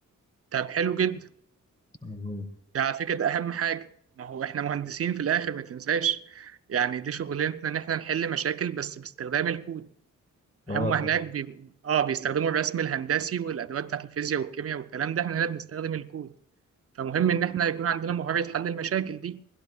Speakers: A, on the right; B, on the left.
A: طب حلو جدا
B: مهم.
A: ده على فكرة ده أهم حاجة ما هو إحنا مهندسين في الآخر ما تنساش يعني دي شغلتنا إن إحنا نحل مشاكل بس باستخدام الكود
B: اه
A: هم
B: طبعا
A: هناك بي... آه بيستخدموا الرسم الهندسي والأدوات بتاعت الفيزياء والكيمياء والكلام ده إحنا هنا بنستخدم الكود فمهم إن إحنا يكون عندنا مهارة حل المشاكل دي